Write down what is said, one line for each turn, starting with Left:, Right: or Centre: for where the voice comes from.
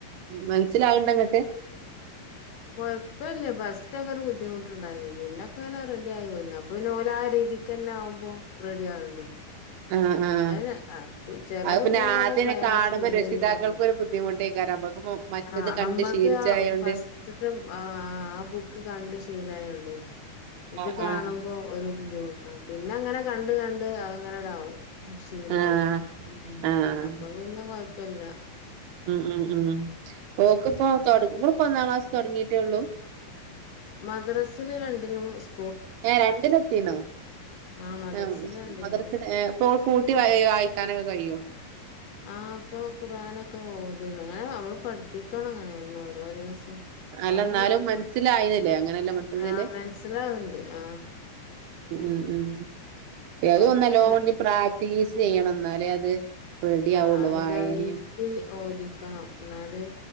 Right: മനസ്സിലാവണ്ടങ്ങട്ട്
Left: കൊഴപ്പില്ല ഫസ്റ്റൊക്കെ ഒരു ബുദ്ധിമുട്ടുണ്ടായിന് പിന്ന അങ്ങനെ റെഡി ആയി വന്ന് അപ്പൊ പിന്ന ഓലാരീതിക്ക്ന്നെ ആകുമ്പോ റെഡിയാണ്ട്
Right: ആഹ് ആഹ്
Left: <unintelligible> ചെല
Right: അത്
Left: കുട്ടികക്കെല്ലാം
Right: പിന്നെ ആദ്യന്നെ
Left: പ്രയാസണ്ട്ന്ന്
Right: കാണുമ്പോ രക്ഷിതാക്കൾക്കൊരു
Left: പറഞ്ഞു
Right: ബുദ്ധിമുട്ടേക്കാരം നമ്മക്ക് മറ്റത്
Left: ആ
Right: കണ്ട്
Left: അമ്മക്ക്
Right: ശീലിച്ചായോണ്ട്
Left: ആ പസ്റ്റ്ത്തെ ആ ആ ബുക്ക് കണ്ട് ശീലായോണ്ടേ ഇത്
Right: ആഹ്
Left: കാണുമ്പോ
Right: ആഹ്
Left: ഒര് ബുദ്ധിമുട്ടാ പിന്നങ്ങനെ കണ്ട് കണ്ട് അത്ങ്ങനെടാവും. അത് ശീലാവും
Right: ആഹ്
Left: ഉം
Right: ആഹ്
Left: അപ്പൊ പിന്നെ കൊഴപ്പല്ല.
Right: ഉം ഉം ഉം ഓക്ക് പ്പൊ തൊടങ്ങ് ഇവള് പ്പൊന്നാം ക്ലാസ് തൊടങ്ങിട്ടൊള്ളൂ?
Left: മദ്രാസ്സ്ല് രണ്ടിലും സ്
Right: ഏഹ് രണ്ട്ലെത്തീണോ?
Left: ആ മദ്രസില്
Right: ആഹ്
Left: രണ്ടിലും
Right: മദ്റസ്ന് എഹ് പ്പൊ കൂട്ടി വായ് വായിക്കാനൊക്കെ കയ്യോ?
Left: ആഹ് ഇപ്പൊ ഖുർആനൊക്കെ ഓത്ണ് ഇങ്ങനെ നമ്മള് പഠിപ്പിക്കണ ഇങ്ങനെ എന്നും ഓരോ ദിവസം. എന്നാലും
Right: അല്ല ഇന്നാലും മൻസ്സ്ലായിണ്ല്ലേ അങ്ങനെല്ല മൊത്തത്തില്.
Left: ആ മനസ്സിലാവ്ണ്ട് ആ അതാണ്.
Right: ഉം ഉം ഏതെ
Left: കൊഴപ്പല്ല
Right: ഒന്നല്ലോ ഓൻ ഇഞ്ഞ് പ്രാക്ടീസ് ചെയ്യണം ഇന്നാലെ അത് റെഡി ആവുള്ളൂ
Left: ആഹ് അഹ്
Right: വായനയും
Left: ഡെയിലി ഓതിക്കണം ഇന്നാല്